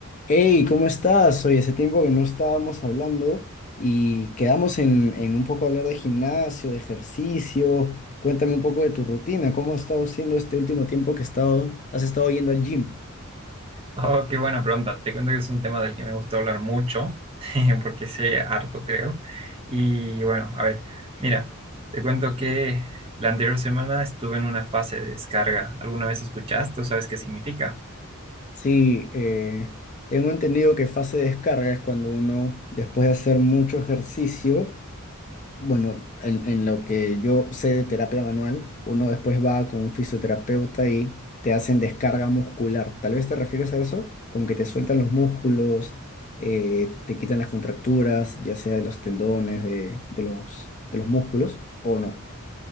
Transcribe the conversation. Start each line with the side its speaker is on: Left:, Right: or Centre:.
Left: Hey, ¿cómo estás? Hoy hace tiempo que no estábamos hablando y quedamos en, en un poco hablar de gimnasio, de ejercicio. Cuéntame un poco de tu rutina, ¿cómo has estado siendo este último tiempo que has estado, has estado yendo al gym?
Right: Oh, qué buena pregunta. Te cuento que es un tema del que me gusta hablar mucho, <laughs> porque sé harto, creo. Y bueno, a ver, mira, te cuento que la anterior semana estuve en una fase de descarga. ¿Alguna vez escuchaste o sabes qué significa?
Left: Sí, eh, tengo entendido que fase de descarga es cuando uno, después de hacer mucho ejercicio, Bueno, en, en lo que yo sé de terapia manual, uno después va con un fisioterapeuta y te hacen descarga muscular. Tal vez te refieres a eso, como que te sueltan los músculos, eh, te quitan las contracturas, ya sea de los tendones, de, de los, de los músculos, o no.